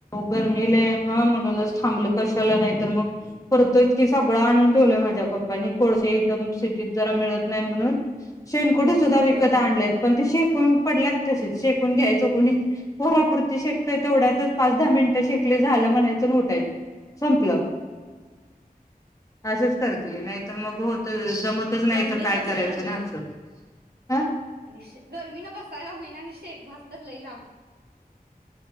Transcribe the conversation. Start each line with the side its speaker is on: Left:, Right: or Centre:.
Left: गर्मीला लय आहे ना म्हणून तिकडच थांबल कशाला नाही तर मग करतोय की सगळं आणून ठेवलंय माझ्या पप्पानी कोळशे तम सिटीत जरा मिळत नाही म्हणून शेनकुट सुद्धा विकत
Right: होय
Left: आणलेत पण ते शेकून पडलात तसेच शेकून घ्यायचं कोणी पोरापुरती शेकतोय तेवढ्यातच पाच-दहा मिनिटं शेकली झालं म्हणायचं आणि उठायचं संपलं असंच करतूया नाहीतर मग होत जमतच नाही
Right: गरमीत
Left: तर काय
Right: बसायला
Left: करायचं
Right: होईना
Left: ना असं हा
Right: आणि शे गर्मीन बसायला होईना नि शेक भास तर लइ लांब